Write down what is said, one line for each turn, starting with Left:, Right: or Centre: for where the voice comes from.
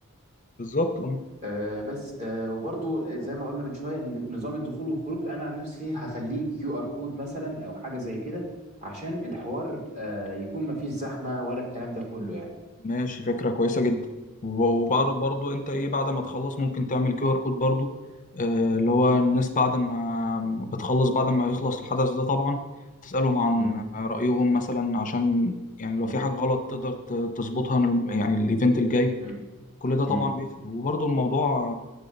Left: بالظبط اه
Right: آه بس آه وبرضو زي ما قلنا من شويه إن نظام الدخول والخروج انا عن نفسي هخليه كيو ار كود مثلا او حاجه زي كده عشان الحوار آه يكون مفيش زحمه ولا الكلام ده كله يعني
Left: ماشي فكرة كويسة جدا وبعد برضو أنت إيه بعد ما تخلص ممكن تعمل كيو آر كود برضو آه اللي هو الناس بعد ما بتخلص بعد ما يخلص الحدث ده طبعا تسألهم عن
Right: مم.
Left: رأيهم مثلا عشان يعني لو
Right: مم.
Left: في حاجة غلط تقدر ت- تظبطها يعني الإيفنت الجاي
Right: مم.
Left: كل ده طبعا
Right: مم.
Left: بيفرق وبرضو الموضوع